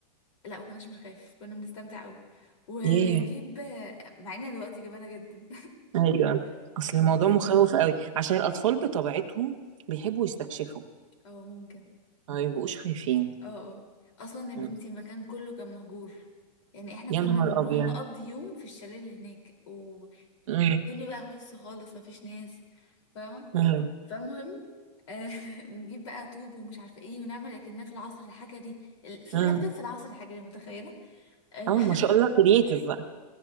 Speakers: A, on the left; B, on the right.
A: لا ما كناش بنخاف كنا بنستمتع قوي وبنجيب
B: ياه
A: آه، مع ان دلوقتي جبانه جدا
B: ايوه
A: <laughs>
B: اصل
A: بنجيب
B: الموضوع مخوف قوي عشان الاطفال بطبيعتهم بيحبوا يستكشفوا
A: اه ممكن
B: ما بيبقوش خايفين
A: اه اه اصلا يا بنتي
B: مم.
A: المكان كله كان مهجور يعني احنا
B: يا
A: كنا
B: نهار
A: بنروح
B: ابيض
A: نقضي يوم في الشاليه اللي هناك والدنيا
B: امم
A: بقى هس خالص مفيش ناس فاهمه
B: امم
A: فالمهم آه <laughs> نجيب بقى طوب ومش عارفه ايه ونعمل لكننا في العصر الحجري ال- في
B: امم
A: لابتوب في العصر الحجري متخيله آه
B: اه
A: <laughs>
B: ما شاء الله كرييتيف بقى